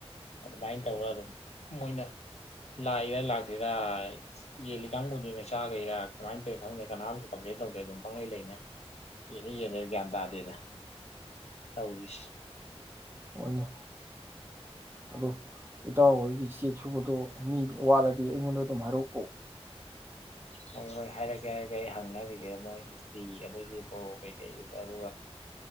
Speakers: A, on the left (about 80°); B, on the right (about 20°).
A: ꯑꯗꯨꯃꯥꯏꯅ ꯇꯧꯔ ꯗꯨꯝ ꯃꯣꯏꯅ ꯂꯥꯛꯏꯔꯥ ꯂꯥꯛꯇ꯭ꯔꯤꯔꯥ ꯌꯦꯜꯂꯤ ꯀꯥꯡꯕꯨꯗꯨꯅ ꯆꯥꯒ꯭ꯔꯤꯔ ꯀꯃꯥꯏꯅ ꯇꯧꯏꯅꯣ ꯈꯪꯗꯦ ꯀꯅꯥꯝꯁꯨ ꯀꯝꯄ꯭ꯂꯦꯟ ꯇꯧꯗꯦ ꯗꯨꯝ ꯄꯪꯂꯩ ꯂꯩꯅꯩ ꯌꯦꯜꯂꯤ ꯌꯦꯜꯂꯤ ꯒ꯭ꯌꯥꯟ ꯇꯥꯗꯦꯗ ꯇꯧꯔꯤꯁꯦ
B: ꯍꯣꯏꯅꯦ ꯑꯗꯣ ꯏꯇꯥꯎ ꯍꯣꯏꯒꯤ ꯆꯦꯛ ꯁꯨꯕꯗꯣ ꯃꯤ ꯋꯥꯠꯂꯗꯤ ꯑꯩ ꯉꯣꯟꯗ ꯑꯗꯨꯝ ꯍꯥꯏꯔꯛ ꯎ ꯀꯣ
A: ꯍꯣꯏ ꯍꯣꯏ ꯍꯥꯏꯔꯛꯀꯦ ꯍꯥꯏꯔꯛꯀꯦ ꯑꯩ ꯍꯪꯅꯒꯤꯒꯦ ꯃꯣꯏ ꯃꯤꯁꯇ꯭ꯔꯤ ꯑꯗꯩꯩ ꯕꯣꯔꯣ ꯀꯩ ꯀꯩ ꯑꯗꯨꯒ